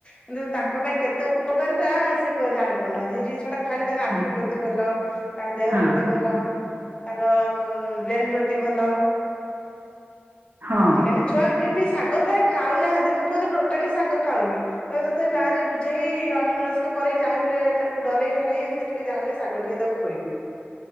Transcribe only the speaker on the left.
କିନ୍ତୁ ତାଙ୍କ ତାଙ୍କ ପାଇଁ କେତେ ଉପକାରିତା ସେ ଜାଣିପାରୁନାହାନ୍ତି ସେ ଜିନିଷ ଟା ଖାଇଲେ ତାଙ୍କ ଆଖି
ପ୍ରତି ଭଲ ତାଙ୍କ ଦେହ
ପ୍ରତି ଭଲ ତାଙ୍କ ବ୍ରେନ୍ ପ୍ରତି ଭଲ।
ଆଜି କାଲି ଛୁଆ ଯେ ବି ଶାଗ ପ୍ରାୟ ଖାଉନାହାନ୍ତି ମୋ ପୁଅ ତ ଟୋଟାଲି ଶାଗ ଖାଉନି ତ ତଥାପି ବାହାରେ ବୁଝେଇ ଅନ୍ୟ ମସ୍କ କରେଇ ଚାହିଁବୋଲେ ତାକୁ ଡରେଇ ହଲେଇ ଏମିତି ଟିକେ ଯାହା ହେଲେ ଶାଗ ଟିକେ ତାକୁ ଖୁଆଇବି।